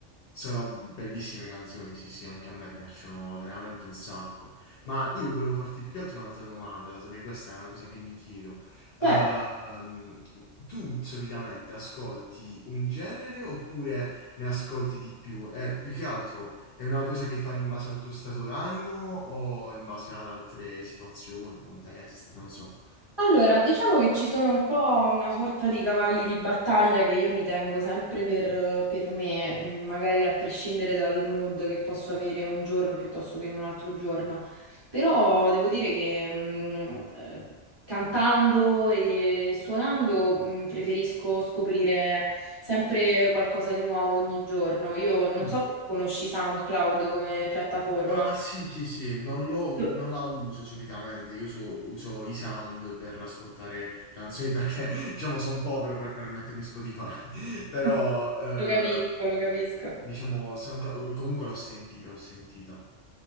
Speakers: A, on the left; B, on the right.
A: Sono bellissime canzoni, sì, sì, anche a me piacciono veramente un sacco. Ma io volevo farti più che altro un'altra domanda, dato che questa è una cosa che mi chiedo. Ehm,
B: Certo.
A: tu solitamente ascolti un genere oppure ne ascolti di più? Eh, più che altro è una cosa che fai in base al tuo stato d'animo o in base ad altre situazioni, contesti, non so.
B: Allora, diciamo che ci sono un po' una sorta di cavalli di battaglia che io mi tengo sempre per, per me, mm, magari a prescindere dal mood che posso avere un giorno piuttosto che in un altro giorno. Però devo dire che mm, eh, cantando e suonando mm, preferisco scoprire sempre qualcosa di nuovo ogni giorno. Io non
A: Mm.
B: so se conosci SoundCloud come piattaforma.
A: Ah, sì, sì, sì, non, lo-
B: Lo
A: non la uso solitamente, io uso, uso i sound per ascoltare canzoni perché, <laughs> diciamo, sono povero per permettermi Spotify, <laughs> però,
B: <laughs>
A: eh,
B: lo capisco, lo capisco.
A: diciamo, Soundcloud- comunque l'ho sentita, l'ho sentita,